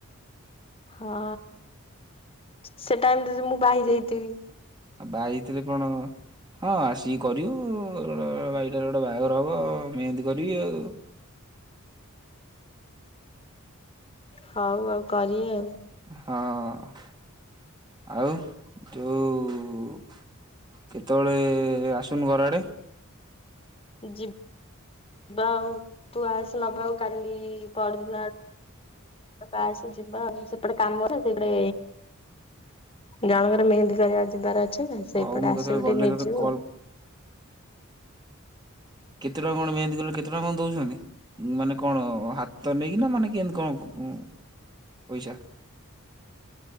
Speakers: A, on the left (about 25°); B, on the right (about 20°).
A: ହଁ ସେ ଟାଇମିରେ ଜଦି ମୁଁ ବାହା ହୋଇଯାଇଥିବି
B: ଆଉ ବାହା ହେଇଥିଲେ କଣ ହଁ ଆସିକି କରିବୁ । ତୋର ଭାଇଟାର ଗୋଟେ ବାହାଘର ହବ ଆ ମେହେନ୍ଦି କରିବି ଆଉ ।
A: ହଉ ଆଉ କରିବା ଆଉ
B: ହଁ । ଆଉ ଯୋଉ କେତେବେଳେ ଆସୁନୁ ଘର ଆଡେ
A: ଯିବି। ଯିବା ଆଉ ତୁ ଆସ ନବାକୁ କାଲି ପରଦିନ ଆଡ଼କୁ ପାସେ ଓଯିବା ଆଉ ସେପଟେ କାମ ସେପଟେ ଜଣଙ୍କର ମେହେନ୍ଦୀ କରିବାକୁ ଯିବାର ଅଛି ନା ସେଇପଟେ
B: ହଉ ମୁଁ
A: ଆସିବୁ
B: କେତେବେଳେ ଗଲେ
A: ଟିକେ ନେଇଯିବୁ
B: ତତେ କଲ୍
A: ଆଉ
B: କେତେ ଟଙ୍କା କଣ ମେହେନ୍ଦି କଲେ କେତେ ଟଙ୍କା କଣ ଦଉଛନ୍ତି? ମାନେ କଣ ହାତ ନେଇକିନା ମାନେ କେମତି କଣ ପଇସା